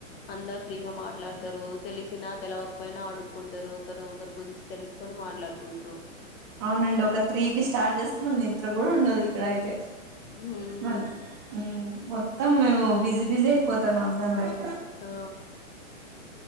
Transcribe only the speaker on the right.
అవునండి ఒక త్రీకిి స్టార్ట్ చేస్తే మళ్ళీ నిద్ర కూడా ఉండదు ఇక్కడ అయితే
మరి హ్మ్ మ మొత్తం మేము బిజీ బిజీ అయిపోతాన్నాం దాని లైఫ్ లో